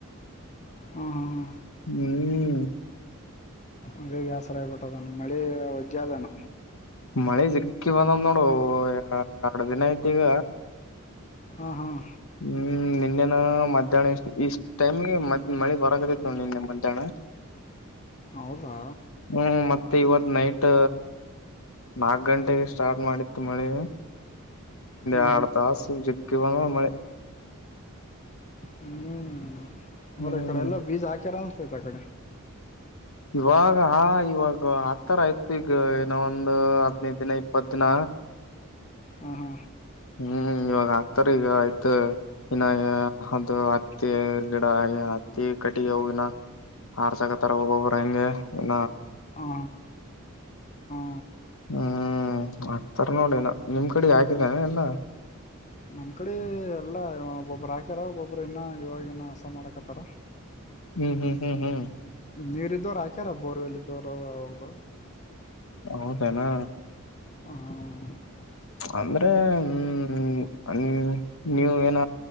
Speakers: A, on the left; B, on the left.
A: ಹಾ ಹಾ ಹಾ
B: ಹ್ಮ್
A: ಅದೇ ಬ್ಯಾಸರ ಆಗ್ಬಿಟ್ಟುದನ್ನು ಮಳೆ ಒಜ್ಜದನ
B: ಮಳೆ ಸಿಗ್ಕ್ಕಿ ಬಂದಂದ್ ನೋಡು ಎರ್ಡು ದಿನ ಐತಿ ಈಗ
A: ಹಾಂ ಹಾಂ
B: ಹ್ಮ್ ನಿನ್ನೆನ ಮಧ್ಯಾಹ್ನ ಇಷ್ಟ್ ಟೈಮ್ಗೆ ಮ್ ಮಳೆ ಹೊರಗತಿ ತೋಂದಿಲ್ಲಮ್ಮ ಎಂತಾನ
A: ಹೌದಾ
B: ಹ್ಮ್ ಮತ್ತೆ ಇವತ್ ನೈಟ್ ನಾಕ್ ಗಂಟೆಗೆ ಸ್ಟಾರ್ಟ್ ಮಾಡಿತ್ತು ಮಳೆ
A: ಹಾಂ
B: ಆಡ್ ತಾಸ ಜಗ್ಗ ಬ ಮೆ
A: ಹ್ಮ್ ಮ್ರೆ
B: ಹ್ಮ್
A: ಈ ಕಡೆ ಎಲ್ಲ ಬೀಜ ಹಾಕ್ಯಾರ ಅನ್ಸ್ತತ್ ಅ ಕಡೆ
B: ಇವಾಗ ಹ ಇವಾಗ ಆತರ ಆಯ್ತು ಈಗ ಏನೋ ಒಂದು ಹದ್ನೈದ ದಿನ ಇಪ್ಪತ್ ದಿನ
A: ಹಾ ಹಾ
B: ಹ್ಮ್ ಇವಾಗ ಆಕ್ತಾರ ಈಗ ಆಯ್ತ ಇನ್ನು ಅದು ಹತ್ತಿ ಗಿಡ ಹತ್ತಿ ಕಟ್ಟಿಗೆ ಹ ಇ ಹಾರ್ಸಕ ತರ ಹೋಗೋಗ್ರ ಹಂಗೆ ಇ
A: ಹಾ ಹ್ಮ
B: ಹ್ಮ್ ಆತಾರ ನೋಡಿನ ನಿಮ್ ಕಡೆ ಹಾಕಿದ್ದನೆ ಎಲ್ಲಾ
A: ನಮ್ ಕಡೆ ಎಲ್ಲಾ ಒೊಬ್ಬರು ಹಾಕ್ಯಾರ ಒಬ್ಬೊಬ್ಬರು ಇನ್ನ ಇವಾಗ ನ ಹಸ ಮಾಡಕತ್ತಾರ
B: ಹ್ಮ್ ಹ್ಮ್ ಹ್ಮ್ ಹ್ಮ್
A: ನೀರಿದ್ದವರು ಹಾಕ್ಯಾರ ಬೋರ್ವೆಲ್ ಇದವರು ಅವ್ರ್ದ
B: ಹೌದನಾ
A: ಹ್ಮ
B: ಅಂದ್ರೆ ಹ್ಮ ನೀವ ಏನ